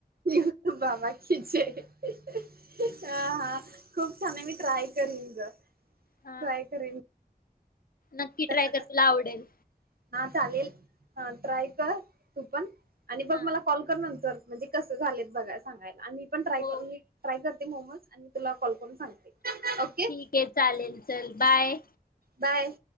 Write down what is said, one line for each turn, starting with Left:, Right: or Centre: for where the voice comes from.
Right: यूट्यूब बाबा की जेय! हा हा खूप छान! मी ट्राय करीन ग
Left: हा
Right: ट्राय करीन.
Left: नक्की ट्राय
Right: कसं
Left: कर
Right: कसं
Left: तुला आवडेल.
Right: हा चालेल, हा ट्राय कर तू पण आणि बघ
Left: हा.
Right: मला कॉल कर नंतर. म्हणजे कसं झालेत बघाय सांगाय, आम्ही पण ट्राय
Left: हो
Right: करूनी ट्राय करते मोमोज आणि तुला कॉल करून सांगते ओके
Left: ठिक आहे चालेल, चल बाय.
Right: बाय.